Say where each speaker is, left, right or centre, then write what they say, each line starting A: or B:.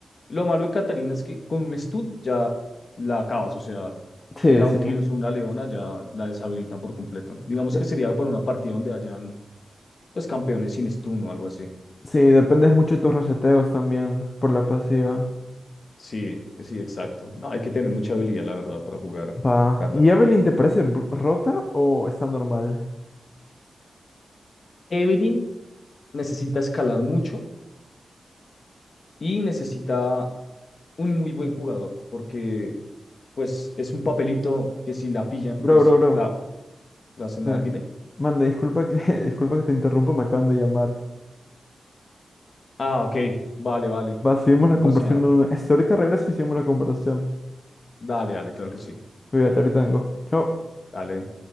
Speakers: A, on the left; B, on the left.
A: Lo malo de Catarina es que con un stun ya la acabas, o sea,
B: sí,
A: un Nautilus
B: sí.
A: o una Leona ya la deshabilitan por completo. Digamos
B: De-
A: que sería para una partida donde hayan pues campeones sin stun o algo así.
B: sí, dependes mucho de tus reseteos también por la pasiva.
A: Sí, sí, exacto. No, hay que tener mucha habilidad, la verdad, para jugar
B: Va.
A: Cata.
B: ¿Y Evelyn te parece br- rota o está normal?
A: Evelynn necesita escalar mucho y necesita un muy buen jugador, porque pues es un papelito que si la pillan,
B: Bro,
A: pues
B: bro, bro.
A: la, la hacen
B: Sí.
A: nada. Dime.
B: Manda, disculpa que, <laughs> disculpa que te interrumpa, me acaban de llamar.
A: Ah, ok. Vale, vale.
B: Va, seguimos la
A: No pasa
B: conversación.
A: nada.
B: en un- este, Ahorita regreso y seguimos la conversación.
A: Dale, dale, claro que sí.
B: Cuídate, ahorita vengo. Chao.
A: Dale.